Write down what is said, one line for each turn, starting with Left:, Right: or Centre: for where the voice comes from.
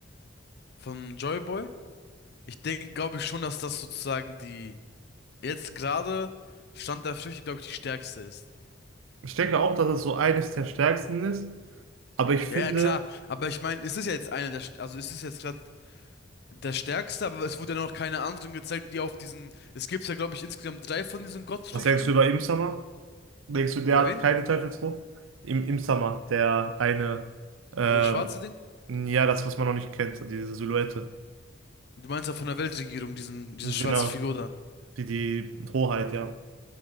Left: von Joyboy. Ich denke, glaube ich schon, dass das sozusagen die jetzt gerade Stand der Früchte, glaube ich, die stärkste ist.
Right: Ich denke auch, dass es so eines der stärksten ist. Aber ich finde,
Left: Ja, ja, klar, aber ich meine, es ist ja jetzt eine der, st- also es ist jetzt gerade der stärkste, aber es wurde ja noch keine anderen gezeigt, die auf diesen, es gibt ja, glaube ich, insgesamt drei von diesen Gottfrüchten.
Right: was denkst du über Im Denkst du, der
Left: Über
Right: hat
Left: wen?
Right: keine Teufelsfrucht? Im, Im der eine, ähm,
Left: Dieser schwarze Ding?
Right: ja, das, was man noch nicht kennt, diese Silhouette.
Left: Du meinst ja von der Weltregierung, diesen, diese
Right: Genau,
Left: schwarze Figur da.
Right: die, die Hoheit, ja.